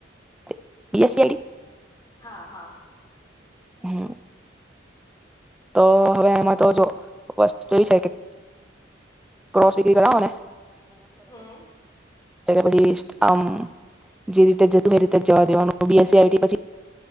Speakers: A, in the centre; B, on the left.
A: <unintelligible>
B: હા હા.
A: હમ્મ. તો હવે એમાં તો જો વસ્તુ એવી છે કે <unintelligible> કરાવેને
B: હમ્મ.
A: પછી આમ જે રીતે જ જ હતું એ રીતે જ જવા દેવાનું B S C I T પછી